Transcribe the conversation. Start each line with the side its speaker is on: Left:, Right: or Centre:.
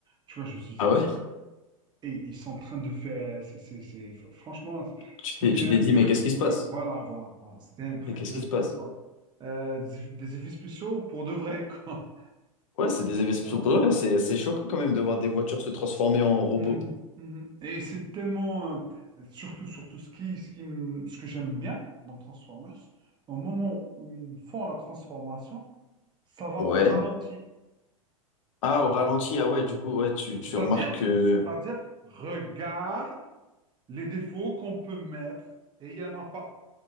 Right: Tu vois, je me suis dit,
Left: Ah ouais?
Right: et ils sont en train de faire, c'est, c'est- c'est- franchement,
Left: Tu
Right: c'était
Left: t'es, tu
Right: un
Left: t'es dit,
Right: truc,
Left: mais qu'est-ce qui se
Right: ouais,
Left: passe?
Right: voilà, voilà, voilà, c'était un truc
Left: Mais qu'est-ce
Right: de
Left: qui
Right: fou,
Left: se passe?
Right: quoi. Euh, des, des effets spéciaux pour de vrai, <laughs> quoi.
Left: Ouais, c'est des effets
Right: Voilà.
Left: Ouais, c'est c'est choquant quand même de voir des voitures se transformer en robots.
Right: Mhm, mhm. Et c'est tellement, euh, surtout, surtout ce qui, ce qui, me- ce que j'aime bien dans Transformers, au moment où ils font la transformation, ça va
Left: Ouais.
Right: au ralenti.
Left: Ah, au ralenti, ah ouais, du coup,
Right: Ouais.
Left: ouais, tu,
Right: C'est-à-dire,
Left: tu remarques que
Right: c'est-à-dire, regarde les défauts qu'on peut mettre et il n'y en a pas.